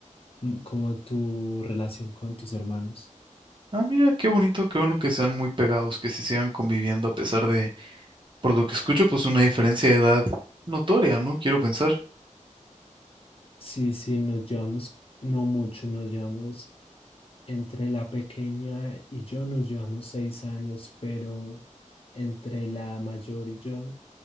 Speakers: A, on the left; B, on the right.
A: mm, como tu relación con tus hermanos.
B: Ah, mira, qué bonito, qué bueno que sean muy pegados, que se sigan conviviendo a pesar de, por lo que escucho, pues una diferencia de edad notoria, ¿no? Quiero pensar.
A: Sí, sí, nos llevamos, no mucho, nos llevamos, entre la pequeña y yo nos llevamos seis años, pero entre la mayor y yo